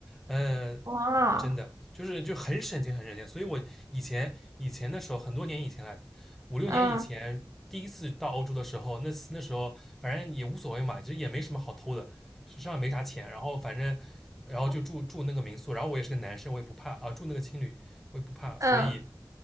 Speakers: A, in the centre; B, on the right.
A: 呃，
B: 哇，
A: 真的就是就很省钱，很省钱。所以我以前以前的时候，很多年以前了，五六年以前第一次到欧洲的时候，
B: 嗯
A: 那次那时候反正也无所谓嘛，其实也没什么好偷的，身上也没啥钱，然后反正然后就住住那个民宿，然后我也是个男生，我也不怕啊，住那个青旅我也不怕，
B: 嗯，
A: 所以